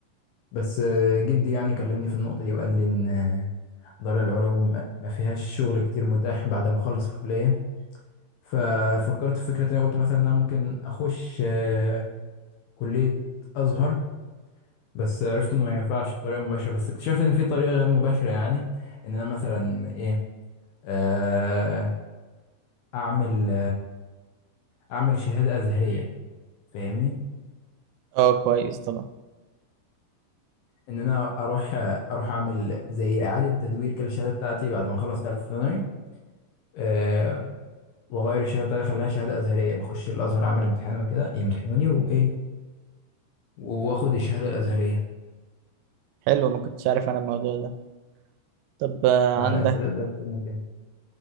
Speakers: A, on the left; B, on the right.
A: بس آه، جدي يعني كلمني في النقطة دي وقال لي ان آه، دار العلوم ما ما فيهاش شغل كتير متاح بعد ما اخلص الكلية ففكرت في فكرة تانية قلت مثلا ان انا ممكن اخش آه، كلية ازهر بس عرفت انه ما ينفعش بطريقه مباشره بس اكتشفت ان في طريقه غير مباشره يعني ان انا مثلا ايه آه، اعمل اعمل شهاده ازهريه فاهمني
B: اه كويس طبعا
A: ان انا اروح اروح اعمل زي اعاده تدوير كده الشهاده بتاعتي بعد ما اخلص ثالثه ثانوي آه، واغير الشهاده بتاعتي اخليها شهاده ازهريه بخش الازهر اعمل امتحان وكده يمتحنوني وايه واخد الشهاده الازهريه
B: حلو ما كنتش عارف انا الموضوع ده طب آه
A: اه
B: عندك
A: لا انت تقدر تعمل كده